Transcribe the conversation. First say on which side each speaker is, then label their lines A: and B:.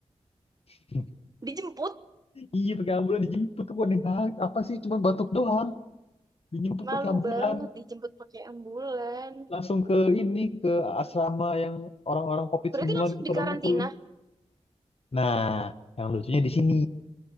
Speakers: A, on the left (about 60°); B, on the right (about 35°).
A: <laughs>
B: dijemput
A: Iya pakai ambulan dijemput ke Boneng banget. Apa sih cuma batuk doang. Dijemput
B: malu
A: pakai ambulan.
B: banget dijemput pakai ambulan.
A: Langsung ke ini ke asrama yang orang-orang COVID
B: Berarti
A: semua
B: langsung
A: gitu
B: dikarantina.
A: pada ngumpul. Nah, yang lucunya di sini.